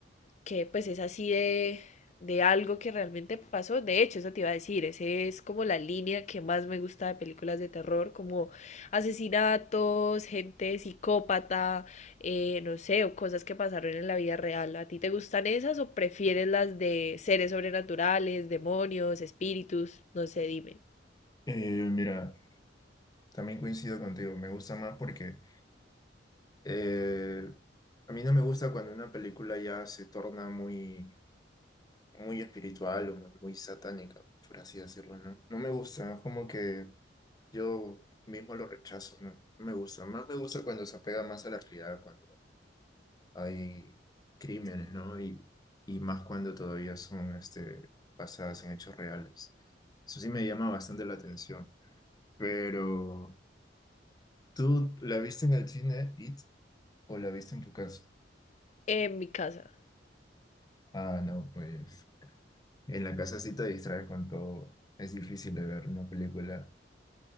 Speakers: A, on the left; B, on the left.
A: que pues es así de, de algo que realmente pasó. De hecho, eso te iba a decir, esa es como la línea que más me gusta de películas de terror, como asesinatos, gente psicópata, eh, no sé, o cosas que pasaron en la vida real. ¿A ti te gustan esas o prefieres las de seres sobrenaturales, demonios, espíritus? No sé, dime.
B: Eh, mira, también coincido contigo, me gusta más porque Eh, a mí no me gusta cuando una película ya se torna muy, muy espiritual o muy, muy satánica, por así decirlo, ¿no? No me gusta, es como que yo mismo lo rechazo, ¿no? No me gusta. Más me gusta cuando se apega más a la realidad, cuando hay crímenes, ¿no? Y, y más cuando todavía son este, basadas en hechos reales. Eso sí me llama bastante la atención. Pero, ¿tú la viste en el cine, It, o la viste en tu casa?
A: En mi casa.
B: Ah, no, pues. En la casa sí te distraes con todo. Es difícil de ver una película